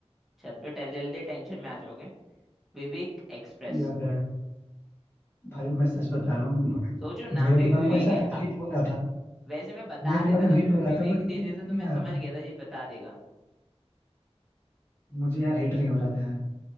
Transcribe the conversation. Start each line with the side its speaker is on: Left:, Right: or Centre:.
Centre: छत पे टहल जल्दी टेंशन में आ जाओगे विवेक एक्सप्रेस
Left: याद है भाई मैं सच बता रहा हूँ
Centre: सोचो नाम
Left: मेरे
Centre: में
Left: दिमाग
Centre: भी विवेक
Left: में ऐसा
Centre: है अ-
Left: हिट हो रहा था
Centre: वैसे मैं बता
Left: मेरे दिमाग
Centre: देता
Left: में
Centre: ना
Left: हिट
Centre: तुम्हें
Left: हो रहा
Centre: विवेक
Left: था बट मुझे
Centre: दे देता
Left: याद
Centre: तो
Left: नहीं
Centre: मैं
Left: आ रहा
Centre: समझ
Left: था
Centre: गया था ये बता देगा
Left: मुझे यार हिट नहीं हो रहा था यार